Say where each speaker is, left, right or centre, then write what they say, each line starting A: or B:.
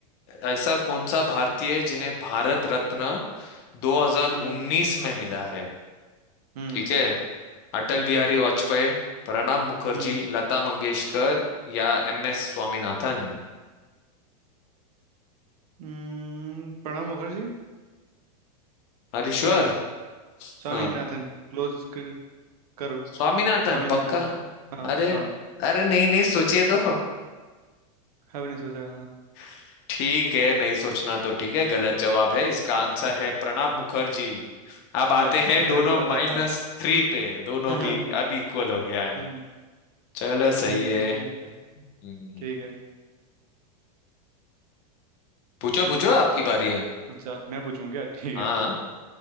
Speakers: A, on the left; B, on the right.
A: ऐसा कौन सा भारतीय है जिन्हें भारत रत्न 2019
B: हम्म
A: में मिला है
B: हम्म
A: ठीक है अटल बिहारी वाजपेयी प्रणब मुखर्जी
B: हम्म
A: लता मंगेशकर या एम एस स्वामीनाथन
B: हम्म, प्रणब मुखर्जी
A: हरीश्वर
B: नहीं स्वामीनाथन
A: हाँ
B: क्लोज करो
A: स्वामीनाथन
B: स्वामीनाथन
A: पक्का
B: हाँ
A: अरे
B: हाँ
A: अरे नहीं नहीं सोचिए तो
B: है नहीं सोचा ना
A: <laughs> ठीक है नहीं सोचना तो ठीक है गलत जवाब है इसका आंसर है प्रणब मुखर्जी अब आते
B: ले
A: हैं दोनों
B: मेरे को पता
A: माइनस
B: था
A: थ्री पे दोनों
B: <laughs>
A: भी अब इक्वल हो गया है
B: हम्म
A: चलो सही
B: हम्म
A: है
B: ठीक है
A: हम्म,
B: ठीक है
A: पूछो पूछो आपकी बारी है
B: अच्छा मैं पूछूं क्या <laughs> ठीक
A: हाँ
B: है